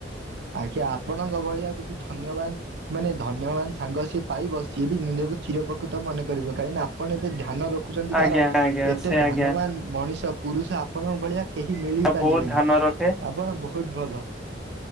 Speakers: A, on the right; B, in the centre.
A: ଆଜ୍ଞା ଆପଣଙ୍କ ଭଳିଆ ଯଦି ଧନ୍ୟବାଦ। ମାନେ ଧନ୍ୟବାନ ସାଙ୍ଗ ସିଏ ପାଇବ ସିଏ ବି ନିଜକୁ ଚିର ପ୍ରକୃତ ମନେ କରିବ କାହିକି ଆପଣ ଏତେ ଧ୍ୟାନ ରଖ। ଖଛନ୍ତି
B: ଆଜ୍ଞା
A: ତାର
B: ଆଜ୍ଞା
A: ଏତେ
B: ସେ
A: ଧାନବାନ
B: ଆଜ୍ଞା
A: ମଣିଷ ପୁରୁଷ ଆପଣଙ୍କ ଭଳିଆ। କେହି ମଳି
B: ଆଉ
A: ପାରିବେନି
B: ବହୁତ ଧ୍ୟାନ ରଖେ
A: ଆପଣ ବହୁତ ଭଲ ହ